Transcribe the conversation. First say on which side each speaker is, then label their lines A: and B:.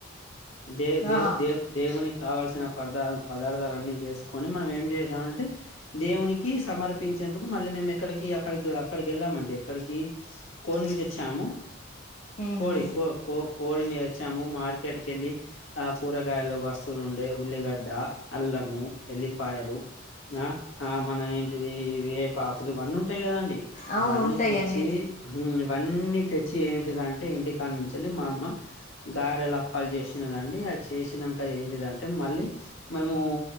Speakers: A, on the left; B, on the left.
A: దే
B: ఆ
A: దేవ్ దేవునికి కావాల్సిన పద పదార్థాలు అన్ని చేసుకొని మనం ఏం చేసామంటే దేవునికి సమర్పించేందుకు మళ్ళీ మేము ఎక్కడికి అక్కడికి అక్కడికి వెళ్ళామండి ఎక్కడికి కోడిని తెచ్చాము
B: ఊహు
A: కోడి కో కో కోడిని తెచ్చాము మార్కెట్కి వెళ్ళి ఆ కూరగాయలు వస్తువులు ఉండే ఉల్లిగడ్డ, అల్లము, ఎల్లిపాయలు ఆ ఆ మన ఏంటిది వేపాకులు ఇవన్నీ ఉంటాయి కదండి
B: అవును
A: అవన్నీ
B: ఉంటాయండి
A: తెచ్చి మ్మ్ ఇవన్నీ తెచ్చి ఏంటిదంటే ఇంటికాడ నుంచి వెళ్ళి మా అమ్మ గారెలు, అప్పాలు చేసినదండి అ చేసినాక ఏంటిదింటే మళ్ళీ మేము